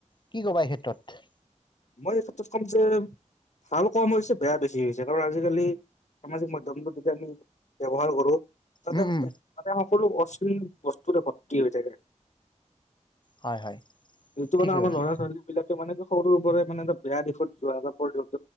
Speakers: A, on the left (about 40°); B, on the left (about 70°).
A: কি কবা এই ক্ষেত্ৰত?
B: মই এই ক্ষেত্ৰত ক'ম যে ভাল কম হৈছে বেয়া বেছি হৈছে কাৰণ আজিকালি সামাজিক মাধ্যমটো যেতিয়া আমি ব্যৱহাৰ কৰোঁ তাতে
A: উম উম
B: তাতে সকলো অশীল বস্তুৰে ভৰ্তি হৈ থাকে।
A: হয় হয়
B: যিটো
A: ঠিকেই
B: মানে আমাৰ
A: কৈছে
B: ল'ৰা ছোৱালী বিলাকে মানে কি সৰুৰ পৰাই মানে এটা বেয়া দিশত যোৱা এটা পৰিবেশত